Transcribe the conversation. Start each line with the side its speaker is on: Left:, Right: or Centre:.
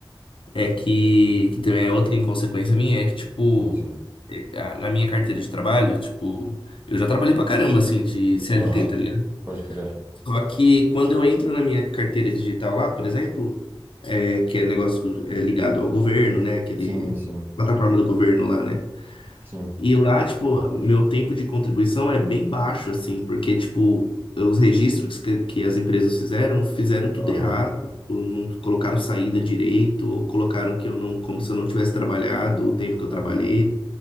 Left: é que, que também é outra inconsequência minha, é que, tipo,
Right: sim, sim.
Left: é, a- na minha carteira de trabalho, tipo, eu já trabalhei pra caramba, assim, de CLT,
Right: Aham.
Left: tá ligado?
Right: Pode crer.
Left: Só que quando eu entro na minha carteira digital lá, por exemplo, é, que é negócio do- é ligado ao governo, né? Aquele
Right: Sim, sim,
Left: plataforma do governo lá, né?
Right: sim.
Left: E lá, tipo, meu tempo de contribuição é bem baixo, assim, porque, tipo, os registros que, que as empresas fizeram, fizeram tudo
Right: Aham,
Left: errado. Tipo, Não colocaram saída direito, ou colocaram que eu não, como se eu não tivesse trabalhado o tempo que eu
Right: aham.
Left: trabalhei,